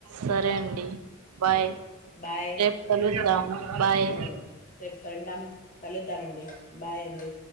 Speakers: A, on the right; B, on the left.
A: సరే అండి బాయ్
B: బాయ్
A: రేపు కలుద్దాం బాయ్
B: ఆహా రేపు కలుద్దాం కలుద్దాం ఉంటానండి బాయ్ అండి